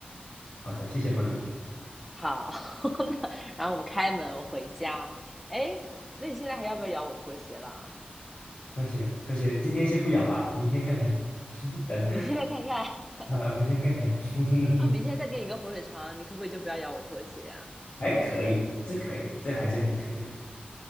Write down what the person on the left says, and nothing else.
好的，谢谢妈咪，
拖鞋拖鞋，今天先不咬吧，明天看看，<laughs> 等
啊，明天看看，<laughs>
还可以，这可以，这还是很可以的。